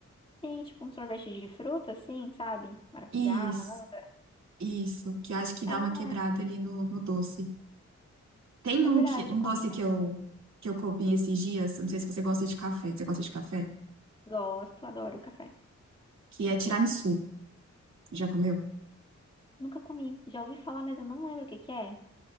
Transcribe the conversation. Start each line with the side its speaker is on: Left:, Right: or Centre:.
Left: Sim, tipo um sorvete de fruta, assim, sabe? Maracujá,
Right: Isso,
Left: manga.
Right: isso, que eu acho que dá
Left: É
Right: uma
Left: verdade.
Right: quebrada ali no, no doce. Tem
Left: É
Right: um,
Left: verdade,
Right: que, um
Left: combina
Right: doce que
Left: bem.
Right: eu, que eu comi esses dias, eu não sei se você gosta de café, você gosta de café?
Left: Gosto, adoro café.
Right: Que é tiramisu. Já comeu?
Left: Nunca comi. Já ouvi falar, mas eu não lembro o que que é.